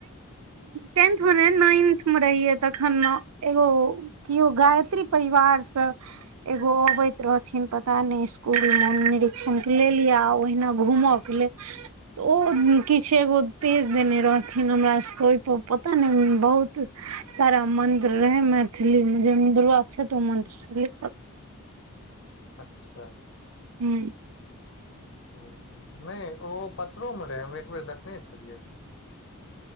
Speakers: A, on the right; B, on the left.
A: टेंथमेने नाइन्थ मे रहियै तखन एगो केओ गायत्री परिवारसँ एगो अबैत रहथिन पता ने स्कूल मेन निर्षण के लेले लिये ओहिना घूमब तऽ ओ किछ एगो पेज देने रहथिन हमरा सबके ओहिपर पता नहि बहुत सारा मंत्र रहे मैथिली मे जे दुरवा अक्षतो ओ मंत्र से
B: अच्छा
A: हू
B: ह नहि ओ पथरो मे रहै हम एक बेर देखने छलियै